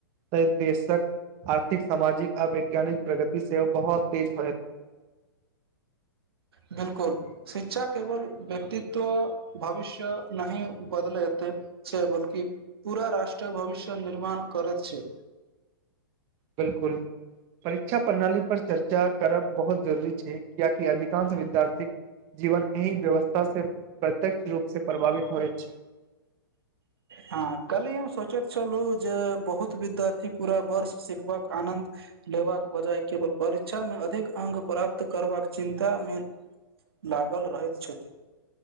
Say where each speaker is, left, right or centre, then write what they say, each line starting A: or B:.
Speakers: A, on the right; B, on the right.
A: तऽ देश आर्थिक सामाजिक आ वैज्ञानिक प्रगति सेहो बहुत तेज होय <inaudible>
B: बिल्कुल, शिक्षा केवल व्यक्तिक भविष्य नहि बदलैत। छै बल्कि पूरा रष्ट्र भविष्य निर्माण करैत छै
A: बिल्कुल परीक्षा प्रणाली पर चर्चा करब बहुत जरूरी छै कियाकि अधिकांश विद्यार्थीक जीवन एहि व्यवस्था से प्रत्यक्ष रूपसे प्रभावित होइत छै
B: हाँ काल्हि हम सोचैत छलु जे बहुत विद्यार्थी पूरा वर्ष सिखबाक आनन्द लेबाक बजाय केवल परीक्षामे अधिक अंक प्राप्त करबाक चिन्तामे लागल रहैत छथि